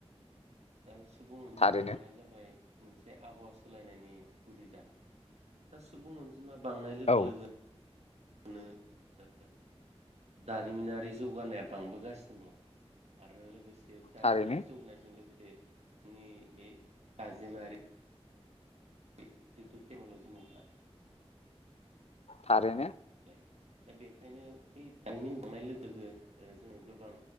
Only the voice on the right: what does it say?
दा सुबुं बिमा
बांनाया जाबाय मोनसे आबहावा सोलायनायनि गुदि जाहोन दा सुबुं अनजि जिमा बांनाय लोगो
लोगो नो <unintelligible> दारिमिनारि जौगानाया बांबोगासिनो दं। आरो लोगोसे बे दारिमिनारि
जौनायजों लोगोसे बे नि बे दाजेमारि <unintelligible> मुगा।
मबाइल दा बेखायनो बे दारिमिन बांनाय लोगो लोगो ओ जोङो गोबां